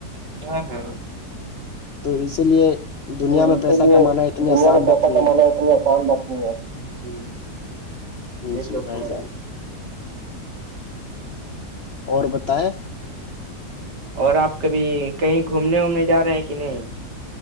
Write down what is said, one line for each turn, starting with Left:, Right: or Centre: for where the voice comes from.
Right: ہاں ہاں <unintelligible>
Left: تو اسی لیے دنیا
Right: تو
Left: میں
Right: اسی
Left: پیسہ
Right: لیے
Left: کمانا اتنی
Right: دنیا
Left: آسان
Right: میں
Left: بات
Right: پیسہ
Left: نہیں
Right: کمانا اتنی آسان بات نہیں ہے جی یہ
Left: جی
Right: تو
Left: بھائی
Right: ہے
Left: جان اور بتائے
Right: اور آپ کبھی کہیں گھومنے وومنے جا رہے ہیں کہ نہیں